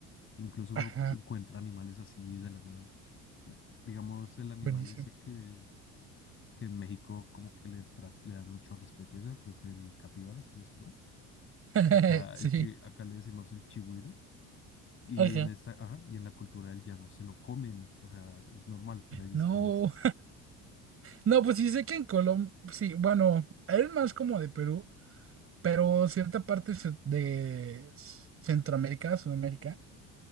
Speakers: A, on the left; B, on the right.
A: Incluso
B: Ajá,
A: uno encuentra animales así de la nada. Mm, Digamos, el animal
B: buenísimo.
A: ese que, que en México como que le, tra- le dan mucho respeto y eso, creo que el capibara, si no estoy mal.
B: <laughs>
A: Acá,
B: Sí,
A: el chi- acá le decimos el chigüiro y
B: ajá.
A: en esta, ajá, y en la cultura del llano se lo comen, o sea, es normal para ellos
B: No,
A: comérselo.
B: no, pues sí sé que en Colombia, sí, bueno, eres más como de Perú, pero cierta parte se- de Centroamérica, Sudamérica,